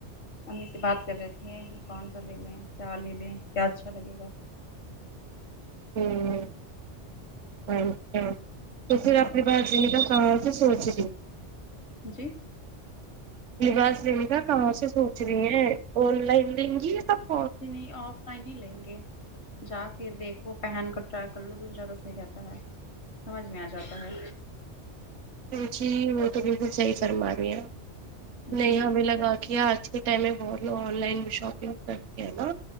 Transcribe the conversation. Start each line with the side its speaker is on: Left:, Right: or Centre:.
Left: امی سے بات کر رہے تھے کہ کون سا لے لیں کیا لے لیں کیا اچھا لگے گا
Right: ہوں اچھا توسی آپ کے پاس ڈیلیور کہاں سے سوچی ریوں
Left: جی
Right: لباس دین کا کہاں سے سوچ رہی ہیں آن لائن لیں گی کپ
Left: جی نہیں آف لائن ہی لیں گے جا کے دیکھو پہن کر ٹرائی کر لو تو زیادہ صحیح رہتا ہے سمجھ میں آ جاتا ہے
Right: مچی وہ تو بالکل صحی فرما رہی ہیں آپ نہیں
Left: جی
Right: ہمیں لگا کے اج سے پہلے وہ بھی آن لائن شاپنگ کرتی ہیں نا